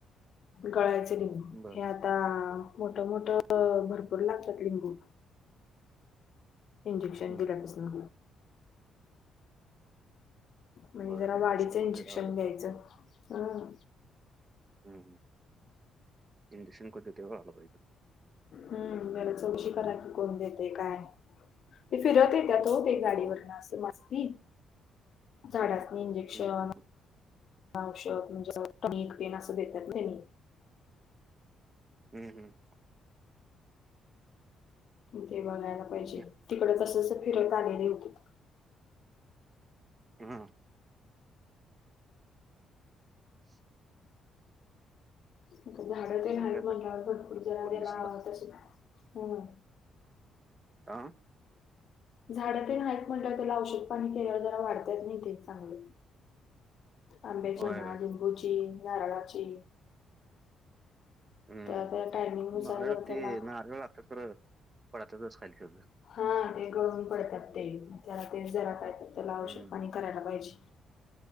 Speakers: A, on the left; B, on the right.
A: गळायच लि
B: बर
A: हे आता मोठ -मोठ भरपूर लागतात लिंबू इंजेक्शन
B: हम्म
A: दिल्यापासन
B: हम्म.
A: म्हणजे
B: बघायला
A: जरा वाडीचं
B: औषध कोण
A: इंजेक्शन
B: दे औषध
A: घ्यायचं <inaudible> हां
B: हम्म इंजेक्शन कुत तेव आला पाहिजे.
A: हम्म बर चौकशी करा की कोण देतय काय? ते फिरत येत्यात हो गाडीवरून
B: हम्म
A: अस मस्ती. झाडासनी इंजेक्शन
B: हम्म हम्म
A: औषध म्हणजे कणिक तेन असं देतात त्यांनी.
B: हम्म हम्म.
A: ते बघायला पाहिजे
B: बघूया
A: तिकड तस जस फिरत आलेली होतीत.
B: हम्म <inaudible>
A: आ झाडं तेन
B: बघूया
A: आहेत
B: आता
A: म्हटल्यावर भरपूर जरा
B: कोण
A: त्याला
B: दिसला
A: तस म्हणून.
B: आ.
A: झाड तेन हाईत म्हणल्यावर त्याला औषध पाणी केल्यावर जरा वाढत्याच की ते चांगलं आंब्याची
B: होय
A: म्हणा
B: होय
A: लिंबूची नारळाची.
B: हम्म
A: तर त्या टायमिंगनुसार
B: नारळ
A: जर त्याला
B: ते नारळ आता तर पडतातच खाली सगळं.
A: हा ते गळून पडतात ते मग त्याला ते जरा काय ते औषध
B: हम्म
A: पाणी. करायला पाहिजे.